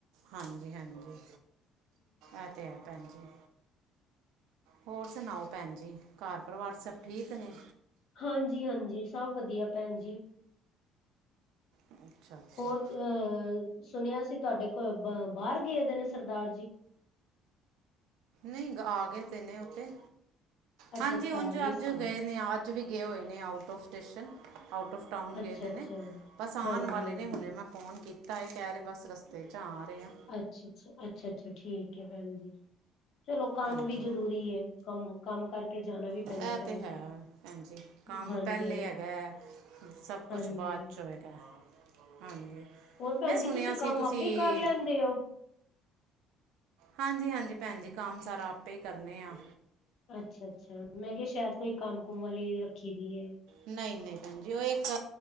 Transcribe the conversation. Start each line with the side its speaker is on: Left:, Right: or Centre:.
Right: ਹਾਂਜੀ-ਹਾਂਜੀ, ਇਹ ਤੇ ਹੈ ਭੈਣ ਜੀ। ਹੋਰ ਸੁਣਾਓ ਭੈਣ ਜੀ, ਘਰ ਪਰਿਵਾਰ ਸਭ ਠੀਕ ਨੇ?
Left: ਹਾਂਜੀ ਹਾਂਜੀ ਸਭ ਵਧੀਆ ਭੈਣ ਜੀ।
Right: ਅੱਛਾ ਅੱਛਾ
Left: ਹੋਰ ਅਹ ਸੁਣਿਆ ਸੀ, ਤੁਹਾਡੇ ਕੋਲ ਬ ਬਾਹਰ ਗਏ ਦੇ ਨੇ ਸਰਦਾਰ ਜੀ।
Right: ਨਹੀਂ ਆ, ਗਏ ਤਨੇ ਉੱਥੇ
Left: ਅੱਛਾ
Right: ਹਾਂਜੀ,
Left: ਅੱਛਾ
Right: ਉਂਝ
Left: ਆ
Right: ਅੱਜ
Left: ਸੀ
Right: ਗਏ ਨੇ ਅੱਜ ਵੀ ਗਏ ਹੋਏ ਨੇ, out of station out of town
Left: ਅੱਛਾ
Right: ਗਏ, ਦੇ
Left: ਅੱਛਾ
Right: ਨੇ ਬਸ ਆਣ
Left: ਹਾਂਜੀ
Right: ਵਾਲੇ
Left: ਹਾਂਜੀ
Right: ਨੇ ਹੁਣੇ ਮੈਂ ਫੋਨ ਕੀਤਾ। ਤਾਂ ਇਹ ਕਹਿ ਰਹੇ ਬੱਸ ਰਸਤੇ ਚ ਆ ਰਹੇ। ਆ
Left: ਅੱਛਾ-ਅੱਛਾ-ਅੱਛਾ-ਅੱਛਾ, ਠੀਕ ਹੈ ਵੈ ਜੀ ਚਲੋ ਕੰਮ
Right: ਹਾਂਜੀ
Left: ਵੀ ਜਰੂਰੀ ਹੈ। ਕੰਮ-ਕੰਮ ਕਰਕੇ ਜਾਣਾ ਵੀ
Right: ਇਹ
Left: ਪੈਂਦਾ ਭੈਣ
Right: ਤੇ ਹੈ,
Left: ਜੀ
Right: ਹਾਜੀ ਕੰਮ
Left: ਹਾਂਜੀ
Right: ਪਹਿਲੇ
Left: ਹਾਂਜੀ
Right: ਹੈਗਾ, ਸਭ ਕੁਛ
Left: ਹਾਂਜੀ
Right: ਬ ਅੱਛਾ ਜੀ ਹੈਗਾ, ਹਾਂਜੀ।
Left: ਹੋਰ ਭੈਣ
Right: ਮੈਂ ਸੁਣਿਆ
Left: ਜੀ, ਤੁਸੀਂ ਕੰਮ
Right: ਸੀ ਤੁਸੀਂ
Left: ਆਪੇ ਕਰ ਲੈਂਦੇ ਹੋ?
Right: ਹਾਂਜੀ ਹਾਂਜੀ ਭੈਣ ਜੀ ਕੰਮ ਸਾਰਾ ਆਪੇ ਕਰਨੇ ਆ।
Left: ਅੱਛਾ-ਅੱਛਾ, ਮੈਂ ਕਿਹਾ ਸ਼ਾਇਦ ਕੋਈ ਕੰਮ ਕੁਮ ਵਾਲੀ ਰੱਖੀ ਦੀ ਹੈ।
Right: ਨਹੀਂ-ਨਹੀਂ ਭੈਣ ਜੀ, ਉਹ ਇੱਕ